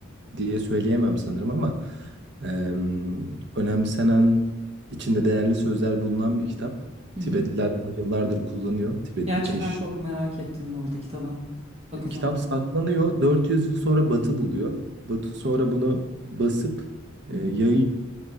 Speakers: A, on the right; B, on the right.
A: diye söyleyemem sanırım ama em, önemsenen, içinde değerli sözler bulunan bir kitap.
B: Hı
A: Tibetliler
B: hı.
A: bunu yıllardır kullanıyor. Tibetli
B: Gerçekten
A: keş.
B: çok merak ettim bu arada kitaba. Bakacağım.
A: E, kitap saklanıyor. 400 yıl sonra Batı buluyor. Batı sonra bunu basıp e,
B: Hı hı.
A: yayıyor.